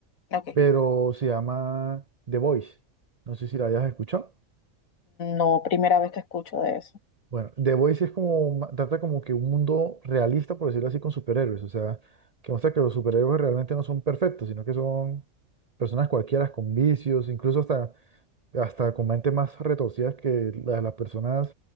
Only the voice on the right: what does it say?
pero se llama The Voice, no sé si la hayas escuchado.
Bueno, The Voice es como, ma- trata como que un mundo realista, por decirlo así, con superhéroes, o sea, que muestra que los superhéroes realmente no son perfectos, sino que son personas cualquiera con vicios, incluso hasta hasta con mentes más retorcidas que la- de las personas